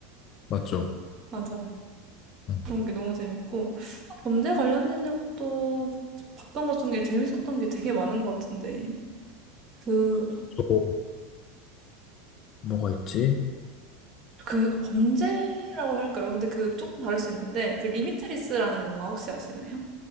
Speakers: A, on the left (about 45°); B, on the right (about 40°).
A: 맞죠.
B: 맞아요.
A: 네.
B: 그런 게 너무 재밌고. 딱 범죄 관련된 영화도 봤던 것 중에 재밌었던 게 되게 많은 것 같은데. 그,
A: 또 뭐가 있지?
B: 그 범죄라고 할까요? 근데 그 조금 다를 수 있는데, 그 리미트리스라는 영화 혹시 아시나요?